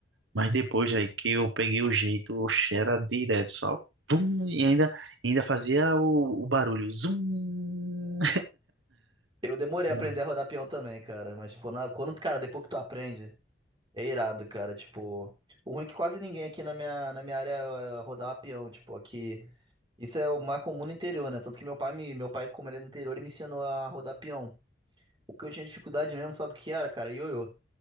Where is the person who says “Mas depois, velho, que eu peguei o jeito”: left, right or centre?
Right